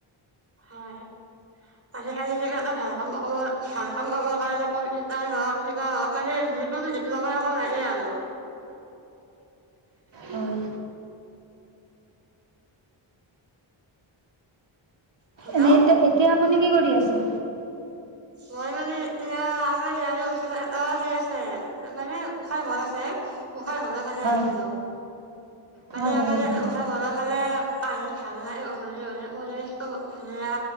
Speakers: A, on the right (about 30°); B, on the right (about 60°).
A: হয় আজিকালি কিবা এটা ভাল কাম ভাল কাম ক কাৰণে কম্পিউটাৰ হওক কিবা হওক মানে যিকোনো ডিপ্লমা অকন লাগে আৰু।
B: হয়
A: হেল্ল'
B: এনেই এতিয়া আপুনি কি কৰি আছে?
A: মই মানে ইয়া আমাৰ ইয়াৰে ওচ অ সেই আছে মানে গোসাঁই ঘৰ আছে। গোসাঁই ঘৰৰ ফালে
B: হয়
A: আহিছিলো, মানে
B: হয় ঘৰৰ
A: আমাৰ
B: ফালে
A: গোসাঁই ঘৰৰ ফালে পভাল লাগে গধূলি হ'লে পৰিবেশটো ধুনীয়া